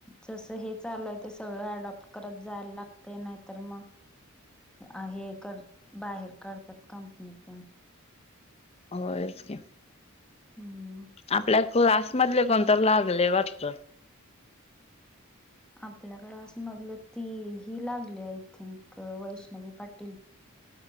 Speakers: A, in the centre; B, on the left.
A: जस हे चालूय ते सगळं अडप्ट करत जायला लागतय नाहीतर मग हे कर बाहेर काढतात कंपनीतून
B: होयच कि
A: हम्म
B: आपल्या क्लास मधले कोण तर लागलय वाटत.
A: आपल्याकडे क्लास मधलं ती ही लागलीया I think Vaishnavi Patil